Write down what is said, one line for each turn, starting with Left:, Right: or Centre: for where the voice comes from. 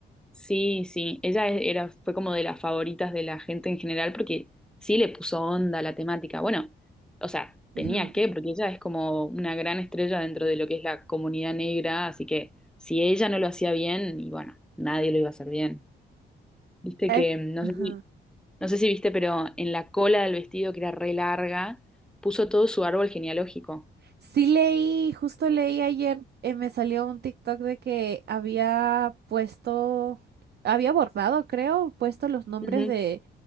Centre: Sí, sí, ella e- era, fue como de las favoritas de la gente en general porque sí le puso onda a la temática. Bueno, o sea, tenía
Right: Ujú.
Centre: que, porque ella es como una gran estrella dentro de lo que es la comunidad negra, así que si ella no lo hacía bien, y bueno, nadie lo iba a hacer bien. Viste
Right: Ex-
Centre: que, mm, no
Right: Ajá.
Centre: sé si, no sé si viste, pero en la cola del vestido, que era re larga, puso todo su árbol genealógico.
Right: Sí leí, justo leí ayer, eh, me salió un TikTok de que había puesto, había bordado, creo, puesto los nombres
Centre: Ujú.
Right: de